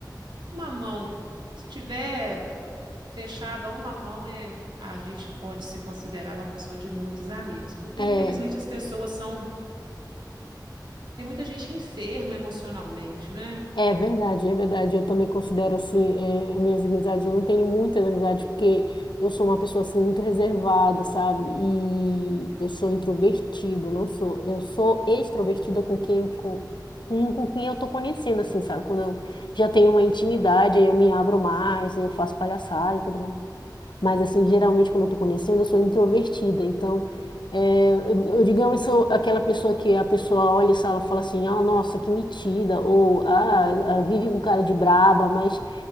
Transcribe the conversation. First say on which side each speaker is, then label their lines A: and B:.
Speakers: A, on the right; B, on the left.
A: uma mão. Se tiver fechado a uma mão, é, a gente pode se considerar uma pessoa de muitos amigos, porque
B: É.
A: infelizmente as pessoas são. Tem muita gente enferma emocionalmente, né?
B: É verdade, é verdade. Eu também considero assim, eh, minhas amizades. Eu não tenho muitas amizades porque eu sou uma pessoa assim muito reservada, sabe? E eu sou introvertida, não sou. Eu sou extrovertida com quem com, com com quem eu tô conhecendo, assim, sabe? Quando eu já tenho uma intimidade, aí eu me abro mais, eu faço palhaçada e tudo mais. Mas, assim, geralmente quando eu tô conhecendo, eu sou introvertida. Então, é, eu, eu, digamos, sou aquela pessoa que a pessoa olha e fala fala assim, ah, nossa, que metida. Ou, ah, ah, vive com cara de braba. Mas